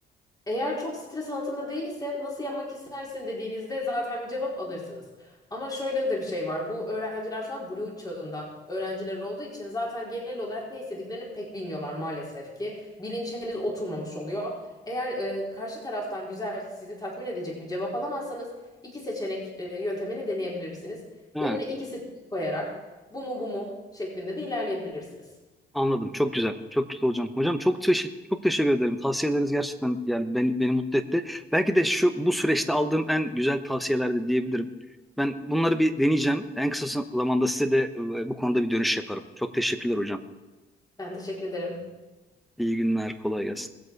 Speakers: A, on the left (about 20°); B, in the centre.
A: Eğer çok stres altında değilse nasıl yapmak istersin dediğinizde zaten bir cevap alırsınız. Ama şöyle de bir şey var. Bu öğrenciler şu an blue çağında öğrenciler olduğu için zaten genel olarak ne istediklerini pek bilmiyorlar maalesef ki. Bilinç henüz oturmamış oluyor. Eğer e, karşı taraftan güzel sizi tatmin edecek bir cevap alamazsanız iki seçenek e, yöntemini deneyebilirsiniz.
B: Ha.
A: Önüne iki seçenek koyarak bu mu bu mu şeklinde de ilerleyebilirsiniz.
B: Anladım. Çok güzel. Çok güzel hocam. Hocam çok teşekkür çok teşekkür ederim. Tavsiyeleriniz gerçekten yani beni, beni mutlu etti. Belki de şu bu süreçte aldığım en güzel tavsiyeler de diyebilirim. Ben bunları bir deneyeceğim. En kısa zamanda size de e, bu konuda bir dönüş yaparım. Çok teşekkürler hocam.
A: Ben teşekkür ederim.
B: İyi günler. Kolay gelsin.